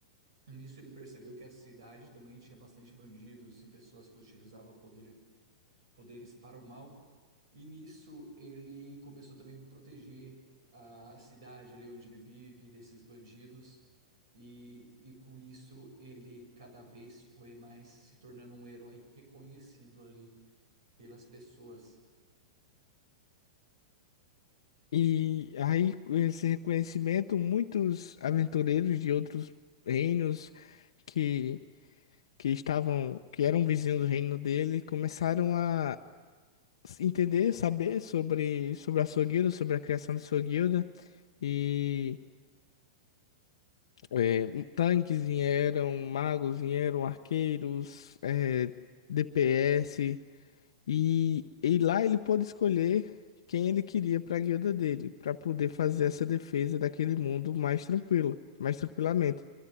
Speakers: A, on the right; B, on the left.
A: Nisso ele percebeu que a cidade também tinha bastante bandidos e pessoas que utilizavam o poder poderes para o mal. E nisso ele começou também a proteger a cidade ali onde ele vive desses bandidos. E, e com isso ele cada vez foi mais se tornando um herói reconhecido ali pelas pessoas.
B: E aí, com esse reconhecimento, muitos aventureiros de outros reinos que, que estavam, que eram vizinhos do reino dele, começaram a s- entender, saber sobre, sobre a sua guilda, sobre a criação da sua guilda. E é, um- tanques vieram, magos vieram, arqueiros, é, DPS. E, e lá ele pôde escolher quem ele queria para a guilda dele, para poder fazer essa defesa daquele mundo mais tranquilo, mais tranquilamente.